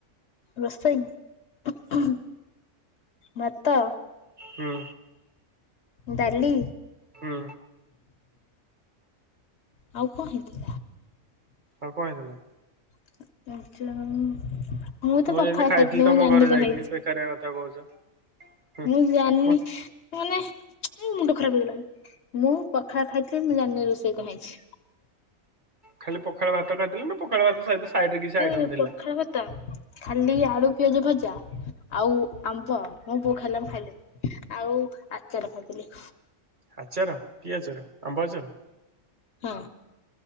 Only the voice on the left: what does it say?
ରୋଷେଇ? ହୁଁ ହୁଁ। ଭାତ
ଡାଲି
ଆଉ କଣ ହେଇଥି
<unintelligible> ମୁଁ ତ ପଖାଳ
ଖାଇଥିଲି ମୁଁ
ଜାନି
କଣ
ହେଇଛି
ମୁଁ ଜାନି
ମାନେ ମୁଁ ମୁଣ୍ଡ ଖରାପ ହେଇଗଲାଣି ମୁଁ ପଖାଳ ଖାଇଥିଲି ମୁଁ ଜାଣିନି ରୋଷେଇ କଁ ହେଇଛି?
ଏ
ପଖାଳ ଭାତ ଖାଲି ଆଳୁ ପିଆଜ ଭଜା ଆଉ ଆମ୍ବ ମୋ ବୋଉ ଖାଇଲା ମୁଁ ଖାଇଲିନି। ଆଉ ଆଚାର ଖାଇଥିଲି।
ହଁ।